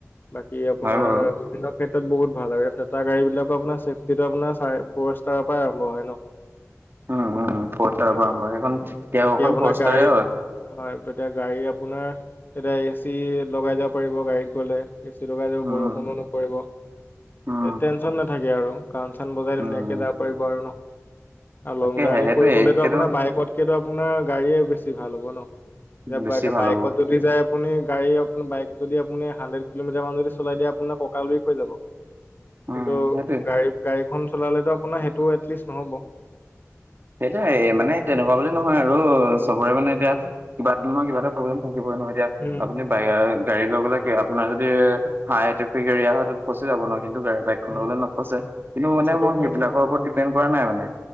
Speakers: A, on the left; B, on the right.
A: বাকী আপোনাৰ
B: হয় বাৰু
A: বিভিন্ন ক্ষেত্ৰত বহুত ভাল আৰু এ টাটা গাড়ীবিলাকতো আপোনাৰ ছেফটিটো আপোনাৰ চাৰে ফৰ ষ্টাৰ পাই আৰম্ভ হয় ন?
B: উম- উম ফ'ৰ ষ্টাৰৰ
A: এইটোৱে
B: পৰা আৰম্ভ
A: ন।
B: হয় সেইখন তেৰখন
A: বাকী আপোনাৰ
B: ফ'ৰ ষ্টাৰে
A: গাড়ীত
B: হয়।
A: হয় তেতিয়া গাড়ী আপোনাৰ তেতিয়া এ চি লগাই যাব পাৰিব গাড়ীত গ'লে। এ চি লগাই যাব
B: উম
A: বৰষুণো নপৰিব
B: উম
A: সে টেনচন নাথাকে আৰু। গান চান বজাই
B: উম
A: ধুনীয়াকে যাব পাৰিব আৰু ন' আৰু
B: তাকেহে
A: লং জাৰ্ণি
B: সেইটোৱে
A: কৰিবলৈতো
B: সেইটো
A: আপোনাৰ বাইকত কিন্তু আপোনাৰ গাড়ীয়ে বেছি ভাল হ'ব ন' এতিয়া
B: বেছি ভাল
A: বাইকত
B: হ'ব
A: যদি যায় আপুনি গাড়ী আপ বাইক যদি আপুনি হাণ্ড্ৰেড কিলোমিটাৰ মান যদি চলাই দিয়ে আপোনাৰ ককাল হৈ যাব।
B: উম
A: কিন্তু
B: সেইটোৱে
A: গাড়ী- গাড়ীখন চলালেতো আপোনাৰ সেইটো এটলিষ্ট নহ'ব।
B: সেইটাই মানে তেনেকুৱা বুলি নহয় আৰু চবৰে মানে এতিয়া কিবা এটা নহয় কিবা এটা প্ৰব্লেম থাকিব ন' এতিয়া
A: উম,
B: আপুনি <unintelligible> গাড়ী লৈ গলে কি আপোনাৰ যদি হাই ট্ৰেফিক এৰিয়া হয় তাত ফচি যাব ন' কিন্তু গাই বাইক <unintelligible>
A: উম,
B: নপছে কিন্তু মানে
A: সেইটো
B: মই
A: হয়।
B: সেইবিলাকৰ ওপৰত ডিপেণ্ড কৰা নাই মানে।